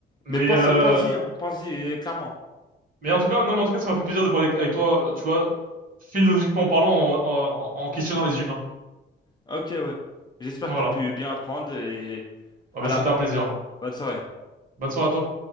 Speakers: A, on the right; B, on the left.
A: mais
B: Mais pense,
A: euh,
B: pense-y, hein. Pense-y, euh, clairement.
A: Mais en tout cas, non, mais en tout cas, ça m'a fait plaisir de parler avec toi, tu vois, philosophiquement parlant, en, en en questionnant les humains.
B: Ok, ouais. J'espère
A: Voilà.
B: que t'as pu bien apprendre et.
A: Ah
B: Voilà.
A: bah, c'était un plaisir.
B: Bonne soirée.
A: Bonne soirée à toi.